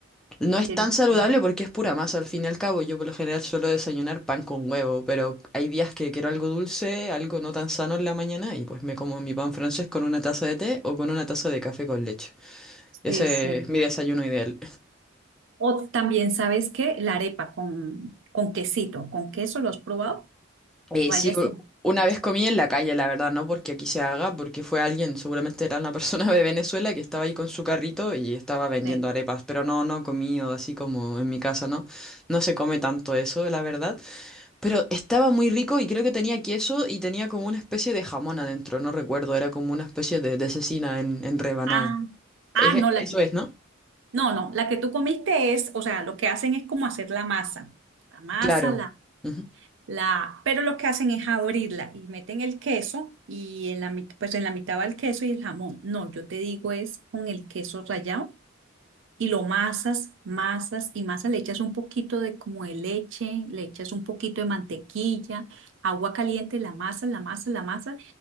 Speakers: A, in the centre; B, on the right.
A: No es
B: delicioso.
A: tan saludable porque es pura masa al fin y al cabo. Yo por lo general suelo desayunar pan con huevo, pero hay días que quiero algo dulce, algo no tan sano en la mañana y pues me como mi pan francés con una taza de té o con una taza de café con leche. Ese
B: Sí, sí.
A: es mi desayuno ideal.
B: O también, ¿sabes qué? La arepa con, con quesito, con queso, ¿lo has probado?
A: Eh,
B: Rayas
A: sí, u-
B: en
A: una
B: queso.
A: vez comí en la calle, la verdad, no porque aquí se haga, porque fue alguien, seguramente era una persona de Venezuela que estaba ahí con su carrito y estaba vendiendo
B: Sí.
A: arepas, pero no, no comí o así como en mi casa, ¿no? No se come tanto eso, la verdad, pero estaba muy rico y creo que tenía queso y tenía como una especie de jamón adentro, no recuerdo, era como una especie de, de cecina en, en rebanada.
B: Ah,
A: Es-
B: ah, no, la
A: eso
B: que,
A: es, ¿no?
B: no, no, la que tú comiste es, o sea, lo que hacen es como hacer la masa, la masa,
A: Claro.
B: la,
A: Ujú.
B: la, pero lo que hacen es abrirla y meten el queso y en la, mit- pues en la mitad va el queso y el jamón. No, yo te digo es con el queso rallado y lo masas, masas y masas, le echas un poquito de como de leche, le echas un poquito de mantequilla, agua caliente, la masa, la masa, la masa,